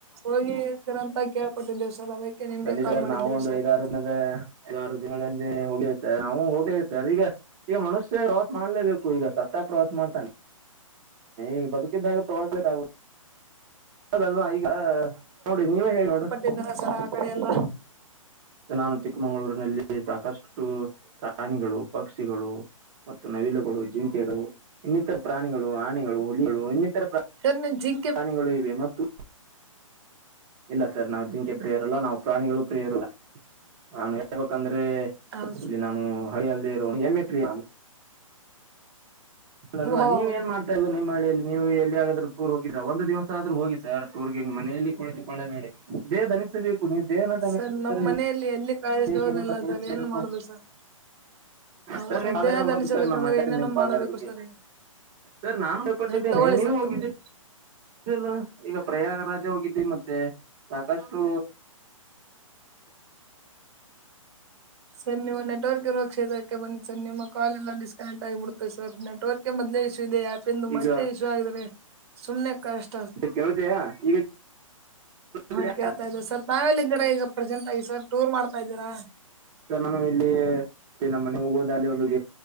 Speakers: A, on the right (about 50°); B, on the right (about 30°).
A: ಹೋಗಿ ಇದ್ರಂತ ಕೇಳ್ಪಟ್ಟಿದ್ದೇವ ಸರ್ ಅದಕ್ಕೆ ನಿಮ್ಗೆ
B: ಬಂದಿದ್ದಾರ
A: ಕಾಲ್ ಮಾಡಿದ್ದೇವೆ
B: ನಾವು ಒಂದು
A: ಸರ್
B: ಐದ್
A: ನಾವು
B: ಆರು ದಿನ ರು ದಿನಗಳಲ್ಲಿ ನಾವು ಹೋಗಿವ ಸರ್ ನಾವು ಹೋಗೇವಿ ಸರ್ ಈಗ ಈಗ ಮನುಷ್ಯ ಪ್ರವಾಸ ಮಾಡ್ಲೇಬೇಕು ಈಗ ಸತ್ತಗಾ ಪ್ರವಾಸ ಮಾಡ್ತಾನೆ ಈಗ ಬದುಕಿದ್ದಾಗ ಪ್ರವಾಸ ಅದಲ್ವಾ ಈಗ ನೋಡ್ರಿ ನೀವೇ ಹೇ ನೋಡ
A: <unintelligible> ರಸರ ಆ ಕಡೆ ಎಲ್ಲ
B: ನಾನು ಚಿಕ್ಕಮಗಳೂರಿನಲ್ಲಿ ಸಾಕಷ್ಟು ಪ್ರಾಣಿಗಳು ಪಕ್ಷಿಗಳು ಮತ್ತು ನವಿಲುಗಳು ಜಿಂಕೆಗಳು ಇನ್ನಿತರ ಪ್ರಾಣಿಗಳು ಆನೆಗಳು ಹುಲಿಗಳು ಇನ್ನಿತರ ಪ್ರ
A: <unintelligible> <unintelligible>
B: ಪ್ರಾಣಿಗಳು ಇವೆ ಮತ್ತು ಇಲ್ಲ ಸರ್ ನಾವ್ ಜಿಂಕೆ ಪ್ರಿಯರಲ್ಲಾ ನಾವೂ ಪ್ರಾಣಿಗಳು ಪ್ರಿಯರು ಅಲ್ಲಾ ನಾನು ಹೇಳ್ಬೇಕಂದ್ರೆ
A: ಹೌದು ಸರ್
B: ಇಲ್ಲಿ ನಾನು ಹಳ್ಳಿ ಯಲಿರುವ ಎಮ್ಮೆ ಪ್ರಿಯ ಅಲ್ಲಲ್ವಾ
A: ವಾವ್
B: ನೀವ ಏನ್ ಮಾಡ್ತ ನಿಮ್ಮ ಹಳಿಯಲ್ಲಿ ನೀವು ಎಲ್ಲಿ ಆದ್ರು ಟೂರ್ ಹೋಗಿದ್ರಾ ಒಂದು ದಿವಸ ಆದೂ ಹೋಗಿ ಸರ್ ಟೂರ್ಗೆ ನಿಮ್ ಮನೆಯಲ್ಲಿ ಕುಳಿತುಕೊಳ್ಳಬೇಡಿ ದೇಹ ದಣಿಸಬೇಕು ನೀವು ದೇಹನ ದಣಿಸಿದರೆ
A: ಸರ್ ನಮ್ಮ್ ಮನೆಯಲ್ಲಿ ಎಲ್ಲಿ ಕಳಿಸೋದಿಲ್ಲ
B: ಗ ನೀ <unintelligible> ಮ ಬು
A: ಸರ್ ಏನ್ ಮಾಡುದು
B: <unintelligible>
A: ಸರ್ ಹೌ
B: ಸರ್
A: ಸದ್ಯ
B: ನಿಮ್ಮ ಆಧಾರ್ ನಂಬರ್
A: ದನಿಸಬೇಕಂದ್ರೆ
B: ಸರ್ ನಾ ಮಾತಾಡ್ತೀನಿ
A: ಏನೇನೋ
B: ನಿಮ್ಮ
A: ಮಾಡಬೇಕು
B: ಆಧಾರ್ ಬಗ್ಗೆ
A: ಸರ್ ಈಗ
B: ಸರ್ ನಾನು <unintelligible>
A: ಹ ತಗೊಳ್ಳಿ
B: ನೀವು
A: ಸರ್
B: ಹೋಗಿದ್ದೀರಿ
A: ತಗೊಳ್ಳಿ
B: ಇಲ್ಲ ಈಗ ಪ್ರಯಾಗರಾಜ ಹೋಗಿದ್ವಿ ಮತ್ತೆ ಸಾಕಷ್ಟು
A: ಸರ್ ನಿವು ನೆಟ್ವರ್ಕ್ ಇರುವ ಕ್ಷೇತ್ರಕ್ಕೆ ಬನ್ನಿ ಸರ್ ನಿಮ್ಮ ಕಾಲ್ ಎಲ್ಲಾ ಡಿಸ್ಕನೆಕ್ಟ್ ಆಗಿಬಿಡ್ದೆ ಸರ್ ನೆಟ್ವರ್ಕ್ ಮೊದ್ಲೇ ಇಶೂ ಇದೆ ಯಾಕೆಂದು ಮದೆ
B: ಈಗ
A: ಇಶೂ ಆದ್ರೆ ಸುಮ್ನೆ ಕಷ್ಟ
B: ಕೇಳತಿಯಾ ಈಗ
A: ಹಾ
B: ಕೇಳ್ತೀಯಾ?
A: ಕೇಳ್ತಾ ಇದ್ದೆ ಸರ್ ತಾವೆಲ್ಲಿ ಇದ್ದೀರಾ ಈಗ ಪ್ರೆಸೆಂಟ್ ಆಗಿ ಸರ್ ಟೂರ್ ಮಾಡ್ತಾ ಇದೀರಾ
B: ಸರ್ ನಾನು ಇಲ್ಲಿ ನಮ್ಮ ಮನೆ ಹೋಗುವುದು <unintelligible> <unintelligible>